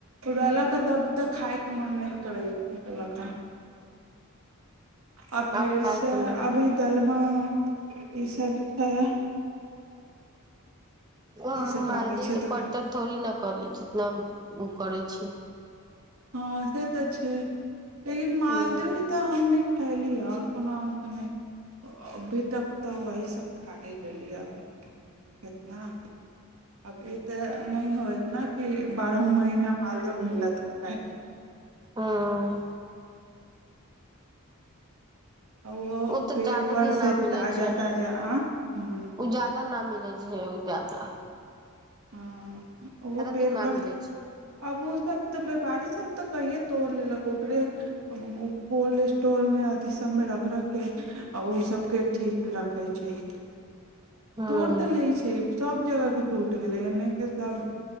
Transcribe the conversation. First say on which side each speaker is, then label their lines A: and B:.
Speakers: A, on the right; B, on the right.
A: रहलक ह तब तऽ खायके मोन नइ करै रहलक ह आ फेरसे
B: आब खायके मन
A: अभी दलमा ई सब छै
B: उ
A: ई सब
B: मालदेह
A: पाकै छै
B: के
A: तऽ
B: परतर
A: खाय
B: थोड़ी न करै जितना उ करै छै
A: हँ से तऽ छै लेकिन मालदह
B: हँ
A: ही तऽ हमनी खैली ह और कोनो आम तऽ नहि अभी तक तऽ वही सब खाइ रहली ह अब कितना आब ई तऽ नहि होएत ने कि बारहो महीना मालदेह मिलत खाए।
B: हँ
A: ओहो
B: ओ तऽ
A: पेड़
B: जादा
A: पर
B: दिन
A: से
B: ना मिलै
A: ताजा
B: छै
A: ताजा आम
B: ओ जादा ना मिलै छै ओ जादा
A: हँ उहो पेड़पर
B: दिन न मिलै छै
A: आब ओ सब तऽ व्यापारी सब तऽ कहिये तोड़ लेलक ओकरे कोल्ड स्टोरमे अथी सबमे रख रखके आ ओइ सबके ठीक रखै छै
B: हूं
A: तोर तऽ लै छै सभ जगहके टूटि गेलै एने कि सभ